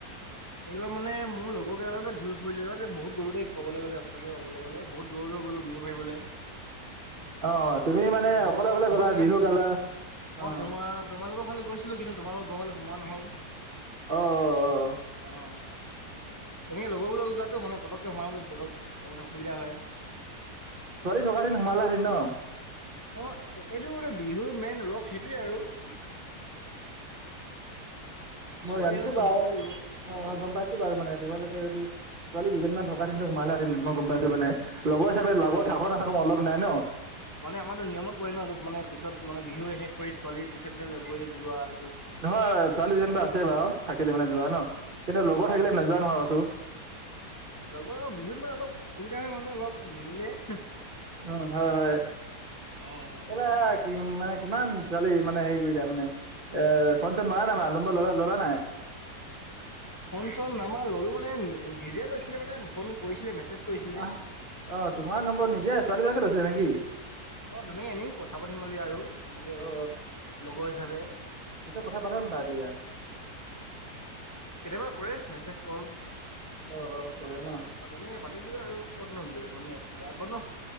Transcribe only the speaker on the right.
অ অ, তুমি মানে
অকলে অকলে
গলা
বিহু গালা,
অ
অহ অহ অহ
ছোৱালী থকা হেতিন হোমালা হেতিন নহ
মই ৰানিছো
বাও
অ
অ গম পাইছো বাৰু মানে তোমালোকে যদি ছোৱালী দুজনীমান থকা সেতেন সোমালেহেতেন মই গম পাইছো মানে। লগৰ হিচাপে
লগত থাক নাথাক মতলব নাই ন।
নহয়, ছোৱালী দুজনী বা আছে বাও থাকিলে মানে যোৱা ন, কিন্তু লগৰ
থাকিলে নাযোৱা নহয় কৈছো।
অহ হয় হয়।
এইবাৰ কি উম মানে কিমান ছোৱালী মানে হেৰি কৰিলে মানে। এ এ এ এ ফোন চোন মাৰা নাই নাম্বাৰ ল'লা ল'লা নাই।
আহ, অ তোমাৰ নম্বৰ নিজে ছোৱালীবিলাকে লৈছিলে নেকি?
অ
পিছত কথা পাতে মানে আদি আহ
অ অ কৰে ন